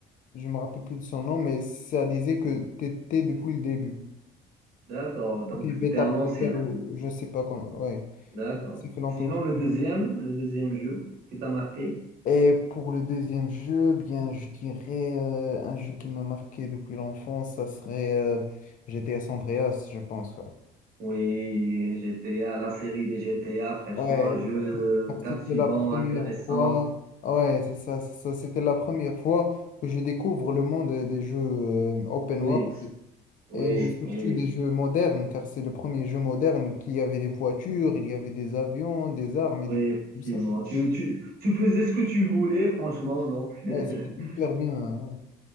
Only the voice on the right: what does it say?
D'accord. Donc,
c'était un ancien.
D'accord.
Sinon,
le
deuxième,
le deuxième jeu qui t'a marqué?
Oui, GTA, la série des GTA, franchement,
un jeu
captivant,
intéressant.
Oui,
oui,
oui,
oui,
effectivement.
Tu, tu, tu faisais ce que tu voulais, franchement, donc.
<laughs>